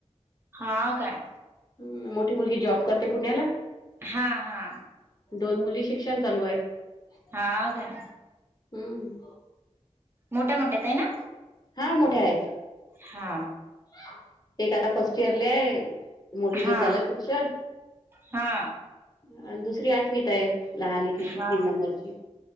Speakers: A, on the right (about 20°); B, on the left (about 35°).
A: हा काय.
B: ह मोठी मुलगी जॉब करते पुण्याला.
A: हा हा
B: <inaudible> दोन मुली शिक्षण चालू आहेत.
A: हा
B: <inaudible>
A: काय
B: हम्म,
A: मोठे मोठेेत आहे ना?
B: हा मोठ्या आहेत.
A: हा,
B: <inaudible> एक आता फर्स्ट इयर ल आहे मोठीच
A: हा
B: झालं शिक्षण. <inaudible>
A: हा
B: आणि दुसरी आठवीत आहे लहनी ती
A: हा
B: तीन नंबरची.